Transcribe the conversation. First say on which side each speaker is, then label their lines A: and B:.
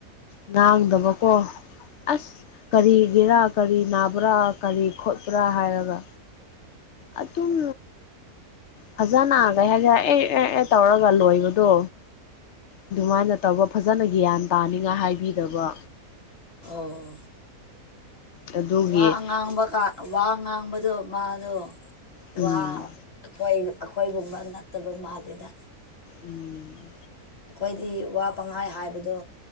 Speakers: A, on the left; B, on the left.
A: ꯉꯥꯡꯗꯕꯀꯣ ꯑꯁ ꯀꯔꯤꯒꯤꯔ ꯀꯔꯤ ꯅꯥꯕ꯭ꯔꯥ ꯀꯔꯤ ꯈꯣꯠꯄ꯭ꯔꯥ ꯍꯥꯏꯔꯒ ꯑꯗꯨꯝ ꯐꯖ ꯂꯩꯍꯟꯂꯦ ꯑꯦ ꯑꯦ ꯑꯦ ꯇꯧꯔꯒ ꯂꯣꯏꯕꯗꯣ ꯑꯗꯨꯃꯥꯏꯅ ꯇꯧꯕ ꯐꯖꯅ ꯒ꯭ꯌꯥꯟ ꯇꯥꯅꯤꯡꯉꯥꯏ ꯍꯥꯏꯕꯤꯗꯕ
B: ꯑꯣ ꯑꯣ
A: ꯑꯗꯨꯒꯤ
B: ꯋꯥ ꯉꯥꯡꯕ ꯀ ꯋꯥ ꯉꯥꯡꯕꯗꯣ ꯃꯥꯗꯣ
A: ꯎꯝ
B: ꯋꯥ ꯑꯈꯣꯏ ꯑꯈꯣꯏꯒꯨꯝꯕ ꯅꯠꯇꯕ ꯃꯥꯜꯂꯦꯗ
A: ꯎꯝ
B: ꯑꯈꯣꯏꯗꯤ ꯋꯥ ꯄꯪꯍꯥꯏ ꯍꯥꯏꯕꯗꯣ